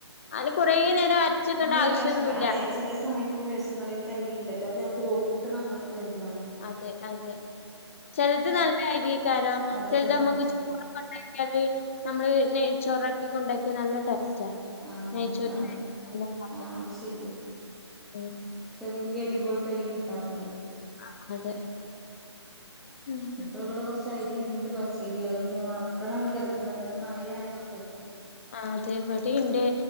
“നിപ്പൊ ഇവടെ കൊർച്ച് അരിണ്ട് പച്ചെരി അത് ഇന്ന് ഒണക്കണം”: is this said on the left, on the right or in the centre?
Centre